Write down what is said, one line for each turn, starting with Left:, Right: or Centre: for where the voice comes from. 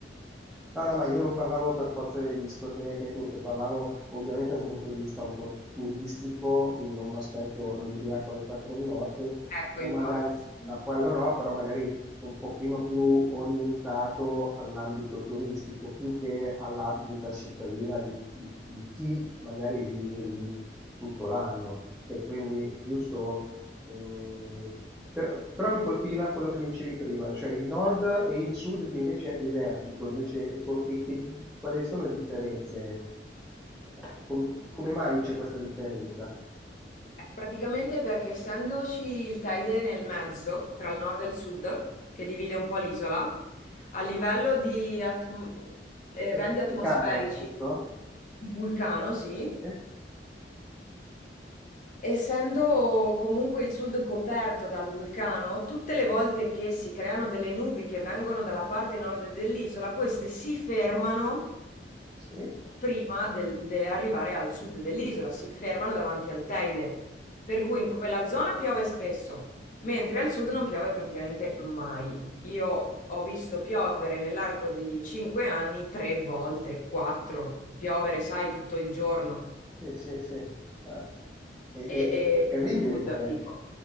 Centre: No, no, ma io non parlavo per forza di discoteche e tutto, parlavo ovviamente da un punto di vista un po' turistico, quindi non mi aspetto l'ubriaco alle 4 di notte,
Left: Ecco,
Centre: però
Left: infatti.
Centre: magari, da quello no, però magari un pochino più orientato all'ambito turistico, più che alla vita cittadina di, di di chi magari vive lì tutto l'anno. E quindi, giusto Mhmm, però però mi colpiva quello che mi dicevi prima, cioè il nord e il sud che invece è desertico, invece co che che quali sono le differenze? Ehm, com come mai c'è questa differenza?
Left: Praticamente perché essendoci il Teide nel mezzo, tra il nord e il sud, che divide un po' l'isola, a livello di atm- eventi
Centre: Che è il
Left: atmosferici,
Centre: vulcano, giusto?
Left: il vulcano, sì,
Centre: Sì,
Left: essendo comunque il sud coperto dal vulcano, tutte le volte che si creano delle nubi che vengono dalla parte nord dell'isola, queste si fermano
Centre: sì.
Left: prima del- di arrivare al sud dell'isola, si fermano davanti al Teide, per cui in quella zona piove spesso, mentre al sud non piove praticamente mai. Io ho visto piovere nell'arco di cinque anni tre volte, quattro, piovere, sai, tutto il giorno
Centre: Sì, sì, sì. Ah, È, è-
Left: e,
Centre: è-
Left: e
Centre: è incredibile
Left: sud,
Centre: come,
Left: dico.